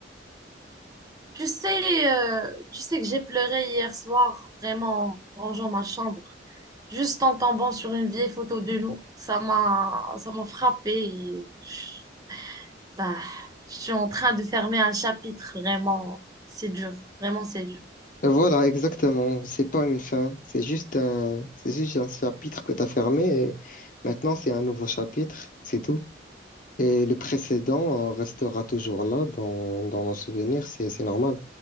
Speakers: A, on the right; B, on the left.
A: Tu sais, euh, tu sais que j'ai pleuré hier soir, vraiment, en rangeant ma chambre, juste en tombant sur une vieille photo de nous. Ça m'a, ça m'a frappée et je, bah, je suis en train de fermer un chapitre, vraiment. C'est dur, vraiment, c'est dur.
B: Voilà, exactement. C'est pas une fin. C'est juste un, c'est juste un chapitre que tu as fermé et maintenant c'est un nouveau chapitre. C'est tout. Et le précédent euh, restera toujours là dans, dans nos souvenirs. C'est, c'est normal.